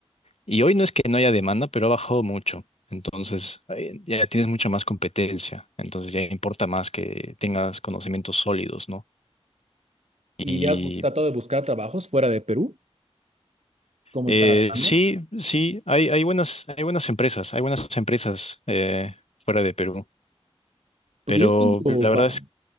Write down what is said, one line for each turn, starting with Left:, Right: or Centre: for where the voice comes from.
Left: Y hoy no es que no haya demanda, pero ha bajado mucho. Entonces, eh, ya tienes mucha más competencia. Entonces, ya importa más que tengas conocimientos sólidos, ¿no?
Right: ¿Y
Left: Y
Right: has bus- tratado de buscar trabajos fuera de Perú? ¿Cómo
Left: eh,
Right: está la demanda?
Left: sí, sí, hay, hay buenas, hay buenas empresas, hay buenas empresas eh, fuera de Perú.
Right: Porque
Left: Pero
Right: yo tengo
Left: la
Right: va-
Left: verdad es,